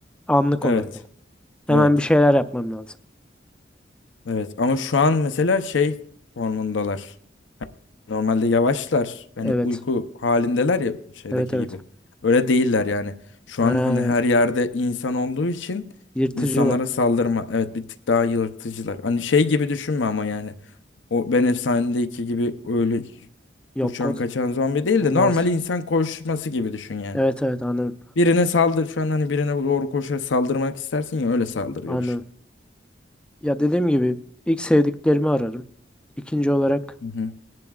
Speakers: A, in the centre; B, on the left.
A: Anlık
B: Evet.
A: olarak ama. Hemen
B: Evet.
A: bir şeyler yapmam lazım.
B: Evet. Ama şu an mesela şey formundalar. Normalde yavaşlar. Hani
A: Evet.
B: uyku halindeler ya şeydeki
A: Evet evet.
B: gibi. Öyle değiller yani. Şu
A: Ha,
B: an hani her yerde insan olduğu için
A: yırtıcılar.
B: insanlara saldırma. Evet bir tık daha yırtıcılar. Hani şey gibi düşünme ama yani. O Ben Efsane'deki gibi öyle
A: Yok
B: uçan
A: o-
B: kaçan zombi değil
A: onlar
B: de normal
A: sık-
B: insan koşması gibi düşün yani.
A: Evet evet anladım.
B: Birine saldır şu an hani birine doğru koşarak saldırmak istersin ya öyle saldırıyor
A: Anladım.
B: düşün.
A: Ya dediğim gibi ilk sevdiklerimi ararım. İkinci olarak
B: Hı hı